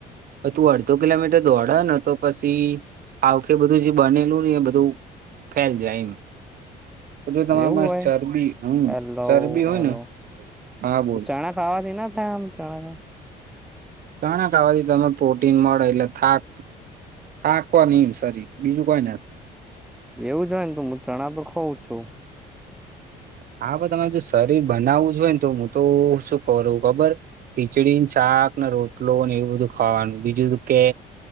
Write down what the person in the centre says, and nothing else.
એવું
હોય
હેલો
હેલો
તો ચણા ખાવાથી ના થાય આમ ચણા
એવું જ હોય ને, તો મુ ચણા તો ખઉં છું.